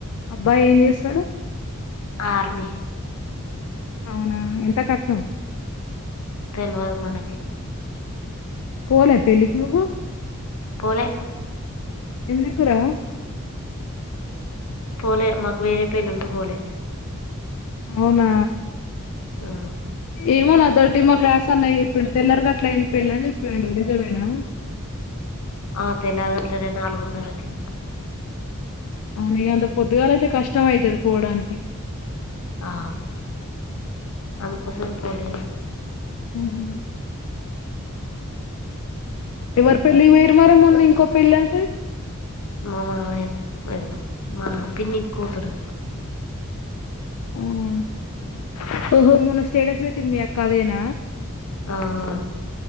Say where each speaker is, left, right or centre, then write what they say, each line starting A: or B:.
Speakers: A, on the left (about 70°); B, on the left (about 85°).
A: అబ్బాయి ఏం చేస్తాడు
B: ఆర్మి
A: అవునా ఎంత కట్నం
B: తెలువదు మనకి
A: పోలే పెళ్లికి నువ్వు
B: పోలేె
A: ఎందుకు రా
B: పోలేె మకువేరే పెళ్లి ఉండి పోలేె
A: అవునా
B: ఆ
A: ఏమోనా దర్టీ మా క్లాస అన్నా ఇప్పుడు తెల్లర గట్ల అయింది పెళ్ళని చెప్పిడు నిజమేనా
B: ఆ తెలర్గట్ల నాలుగున్నరకి
A: అవును ఇగ అంత పొద్దుగాల అయితే కష్టం అయితది పోవడానికి
B: ఆ అందుకోసమే పోలేదు
A: ఉ హు ఎవరి పెళ్ళికి పోయిర్రు మరి మొన్న ఇంకో పెళ్ళి అంటే
B: మా మామయ్య మా పిన్ని కూతురు
A: ఆ ఓహో మొన్న స్టేటస్ పెట్టింది మీ అక్క అదేన
B: ఆఆ